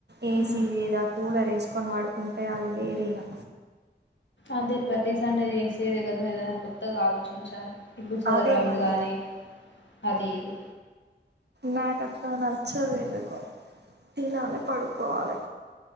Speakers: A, on the right (about 65°); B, on the left (about 85°).
A: ఏసీ
B: మ్
A: లేదా కూలర్ వేసుకొని పడుకుంటే అది వేరే ఇగా
B: అది ప్రతి సండే చేసేది కదా ఏదైనా కొత్తగా ఆలోచించాలి ఇప్పుడు చదరం
A: అదే పని
B: గానీ అది ఇది
A: నా కట్ట నచ్చదు ఎందుకో తినాలే పడుకోవాలే